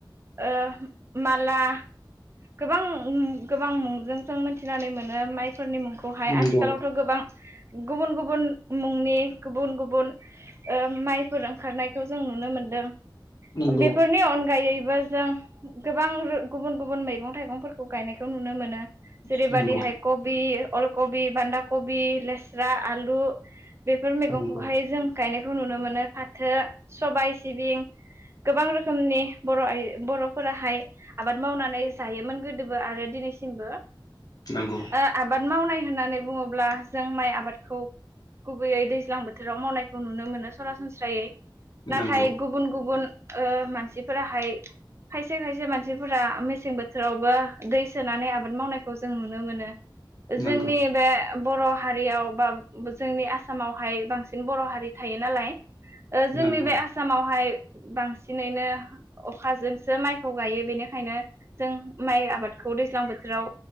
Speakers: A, on the right; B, on the left.
A: अ माला गोबां गोबां मुंजों जों मिथिनानै मोनो माइ फोरनि मुंखौहाय
B: नंगौ
A: आथिखालावथ' गोबां गुबुन गुबुन मुंनि गुबुन गुबुन ओ माइफोर ओंखारनायखौ जों नुनो मोनदों।
B: नंगौ
A: बेफोरनि अनगायैबो जों गोबां रो गुबुन गुबुन मै गं थाइगंफोरखौ गायनायखौ नुनो मोनो जेरैबायदिहाय
B: नंगौ
A: कबि। अलकबि बान्दा कबि लेस्रा आलु बेफोर मैगंखौहाय
B: नंगौ
A: जों गायनायखौ नुनो मोनो फाथो सबाय सिबिं गोबां रोखोमनि बर' आइ बर'फोराहाय आबाद मावनानै जायोमोन गोदोबो आरो दिनैसिमबो
B: नंगौ नंगौ
A: ओ आबाद मावनाय होननानै बुङोब्ला जों माइ आबादखौ। गुबैयै दैज्लां बोथोराव मावनायखौ नुनो मोनो सरासनस्रायै नाथाय
B: नंगौ
A: गुबुन गुबुन ओ मानसिफोराहाय खायसे खायसे मानसिफोरा मेसें बोथ थोरावबो दै सोनानै आबाद मावनायखौ जों नुनो मोनो
B: नंगौ
A: जोंनि बे बर' हारियाव बा जोंनि आसामावहाय बांसिन बर' हारि थायो नालाय ओ जोंनि
B: नंगौ
A: बे आसामावहाय बांसिनैनो अखाजोंसो माइखौ गायो बेनिखायनो जों माइ आबादखौ दैज्लां बोथोराव